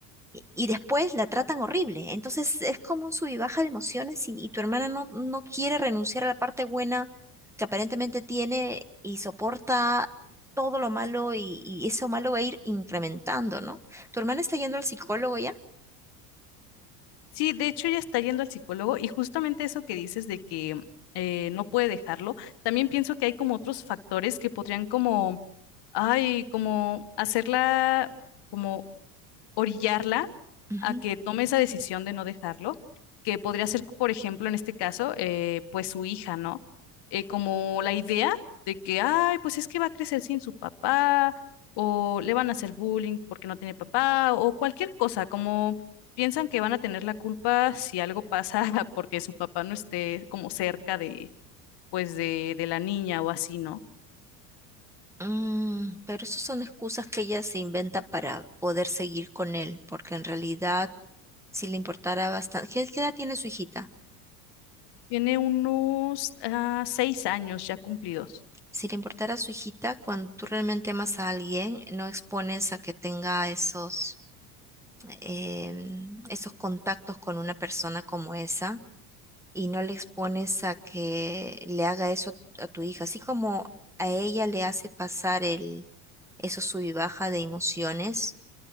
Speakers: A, in the centre; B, on the left.
A: y y después la tratan horrible. Entonces es como un sub y baja de emociones y, y tu hermana no, no quiere renunciar a la parte buena que aparentemente tiene y soporta todo lo malo y, y eso malo va a ir incrementando, ¿no? Tu hermana está yendo al psicólogo ya.
B: Sí, de hecho ya está yendo al psicólogo y justamente eso que dices de que eh, no puede dejarlo, también pienso que hay como otros factores que podrían como, ay, como hacerla, como orillarla
A: Ujú.
B: a que tome esa decisión de no dejarlo, que podría ser, por ejemplo, en este caso, eh, pues su hija, ¿no? Eh, como la idea de que, ay, pues es que va a crecer sin su papá, o le van a hacer bullying porque no tiene papá, o cualquier cosa, como piensan que van a tener la culpa si algo pasa <laughs> porque su papá no esté como cerca de, pues, de, de la niña o así, ¿no?
A: Mm, pero eso son excusas que ella se inventa para poder seguir con él, porque en realidad si le importara bastante, ¿qué qué edad tiene su hijita?
B: Tiene unos ah, seis años ya cumplidos.
A: Si le importara a su hijita, cuando tú realmente amas a alguien, no expones a que tenga esos, em, esos contactos con una persona como esa y no le expones a que le haga eso a, a tu hija. Así como a ella le hace pasar el, esos sub y baja de emociones